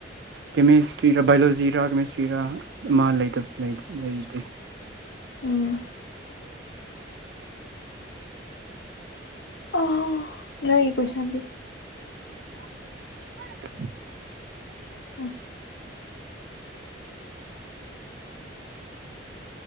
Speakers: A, on the right; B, on the left.
A: ꯀꯦꯃꯤꯁꯇ꯭ꯔꯤꯔꯥ ꯕꯥꯏꯑꯣꯂꯣꯖꯤꯔꯥ ꯀꯦꯃꯤꯁꯇ꯭ꯔꯤꯔꯥ ꯑꯃ ꯂꯩꯇ ꯂꯩ <unintelligible>
B: ꯎꯝ ꯑꯣꯍꯣ ꯅꯣꯏ ꯀꯣꯏꯁꯟ ꯇꯨ
A: <inaudible>
B: ꯑꯣ